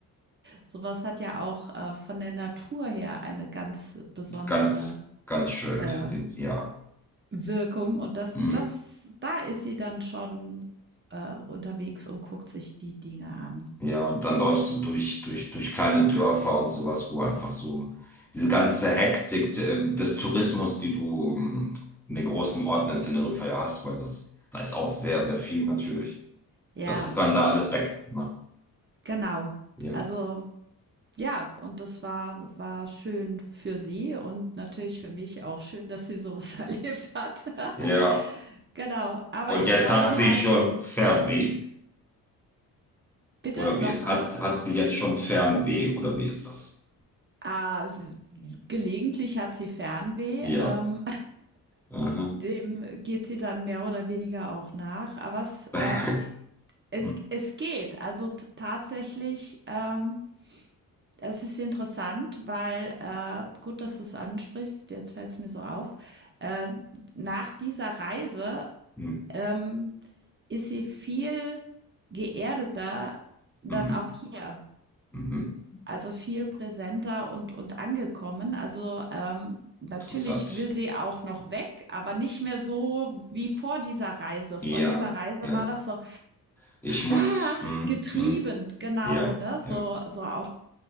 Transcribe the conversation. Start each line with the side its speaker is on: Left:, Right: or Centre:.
Right: Sowas hat ja auch äh, von der Natur her eine ganz besondere
Centre: Ganz, ganz schön.
Right: äh,
Centre: Die, die, ja.
Right: Wirkung und das,
Centre: Mhm.
Right: das, da ist sie dann schon äh, unterwegs und guckt sich die Dinge an.
Centre: Ja, und dann läufst du durch, durch, durch kleine Dörfer und sowas, wo einfach so diese ganze Hektik äh, des Tourismus, die du ähm, in den großen Orten in Teneriffa ja hast, weil das, da ist auch sehr, sehr viel natürlich.
Right: Ja,
Centre: Das ist dann da alles weg. Ne?
Right: genau.
Centre: Ja.
Right: Also ja, und das war, war schön für sie und natürlich für mich auch schön, dass sie sowas erlebt hat. <laughs>
Centre: Ja,
Right: genau. Aber
Centre: Und
Right: ich
Centre: jetzt
Right: war
Centre: hat
Right: dann
Centre: sie
Right: halt,
Centre: schon Fernweh,
Right: bitte
Centre: oder
Right: nochmal.
Centre: wie ist, hat, hat sie jetzt schon Fernweh, oder wie ist das?
Right: Ah, sie- gelegentlich hat sie Fernweh,
Centre: Ja.
Right: ähm,
Centre: Aha.
Right: Dem geht sie dann mehr oder weniger auch nach. Aber es,
Centre: <laughs>
Right: äh, es
Centre: Hm,
Right: es geht. Also t tatsächlich, ähm, es ist interessant, weil, äh gut, dass du es ansprichst, jetzt fällt es mir so auf. Äh, nach dieser Reise,
Centre: hm,
Right: ähm, ist sie viel geerdeter dann
Centre: Mhm.
Right: auch hier
Centre: Mhm.
Right: also viel präsenter und, und angekommen. Also ähm, natürlich
Centre: Interessant.
Right: will sie auch noch weg, aber nicht mehr so wie vor dieser Reise. Vor
Centre: Ja,
Right: dieser Reise
Centre: ja.
Right: war das so,
Centre: Ich muss.
Right: ah,
Centre: hm,
Right: getrieben,
Centre: hm,
Right: genau,
Centre: Ja,
Right: ne? So,
Centre: ja.
Right: so auch.